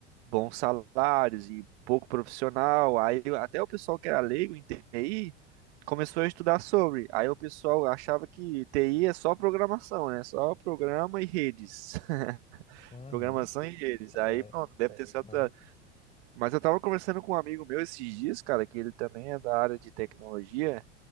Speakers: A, on the right (about 65°); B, on the left (about 20°).
A: bons salários e pouco profissional. Aí até o pessoal que era leigo em TI começou a estudar sobre. Aí o pessoal achava que TI é só programação, né? Só programa e redes. <laughs>
B: Uhum.
A: Programação e redes. Aí
B: É,
A: pronto,
B: é
A: deve
B: isso
A: ter É. certa.
B: mesmo.
A: Mas eu tava conversando com um amigo meu esses dias, cara, que ele também é da área de tecnologia.